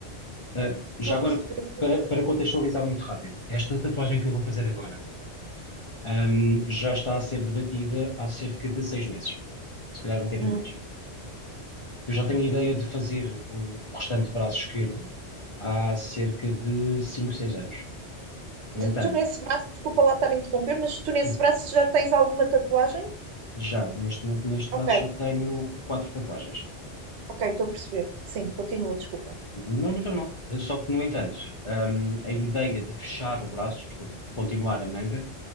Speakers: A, on the left (about 35°); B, on the right (about 75°).
A: ah, já
B: Estou
A: agora,
B: a perceber.
A: para, para contextualizar muito rápido, esta tatuagem que eu vou fazer agora, ahm, já está a ser debatida há cerca de seis meses, se calhar um bocadinho
B: Hum.
A: mais. Eu já tenho a ideia de fazer o o restante braço esquerdo há cerca de cinco, seis anos. No
B: De-
A: entanto,
B: Tu nesse braço, desculpa lá estar a interromper, mas tu nesse
A: sim,
B: braço já tens alguma tatuagem?
A: já neste momento, neste braço,
B: Ok,
A: já tenho quatro tatuagens.
B: ok, estou a perceber. Sim, continua, desculpa.
A: Não, não faz mal. Só que, no entanto, ahm, a ideia de fechar o braço, portanto, continuar a manga,